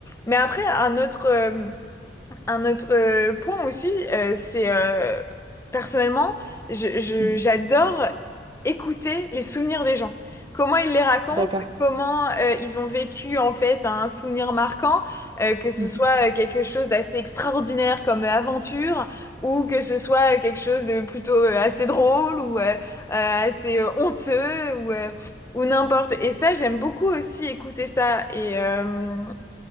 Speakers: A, on the left; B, on the right.
A: Mais après un autre... euh, un autre euh, point aussi, euh, c'est euh, personnellement, je, je-
B: mhm,
A: j'adore écouter les souvenirs des gens. Comment ils les racontent,
B: d'accord.
A: comment euh, ils ont vécu en fait un souvenir marquant, euh, que ce
B: mhm.
A: soit euh, quelque chose d'assez extraordinaire comme euh, aventure, ou que ce soit euh, quelque chose de plutôt euh, assez drôle ou euh, euh, assez euh, honteux ou euh, ou n'importe. Et ça, j'aime beaucoup aussi écouter ça et euh,